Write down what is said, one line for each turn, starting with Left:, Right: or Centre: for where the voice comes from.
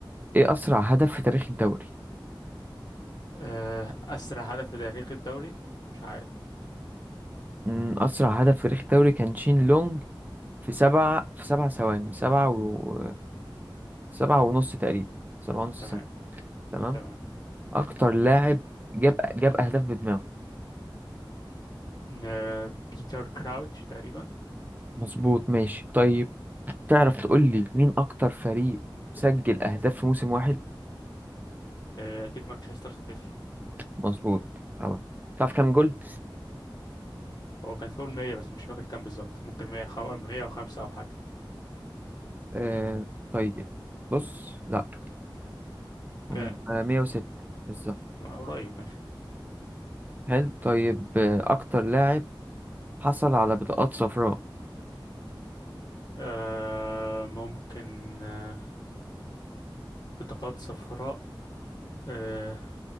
Right: إيه أسرع هدف في تاريخ الدوري؟
Left: آه، أسرع هدف في تاريخ الدوري مش عارف
Right: مم، أسرع هدف في تاريخ الدوري كان شين لونج في سبعة في سبع ثواني سبعة و سبعة ونص تقريبا سبعة ونص
Left: تمام
Right: ثانية تمام
Left: تمام
Right: أكتر لاعب جاب جاب أهداف بدماغه
Left: آه، بيتر كراوتش تقريبا
Right: مظبوط ماشي طيب تعرف تقول لي مين أكتر فريق سجل أهداف في موسم واحد
Left: آه، اكيد مانشستر سيتي
Right: مظبوط طبعا تعرف كام جول؟
Left: هو كان فوق ال 100 بس مش فاكر كام بالظبط ممكن 100 خم... 105 او حاجه
Right: آه طيب بص لأ
Left: كان
Right: هم 106 بالظبط
Left: آه، قريب ماشي
Right: حلو طيب آه، أكتر لاعب حصل على بطاقات صفراء
Left: آه ممكن آه بطاقات صفراء آه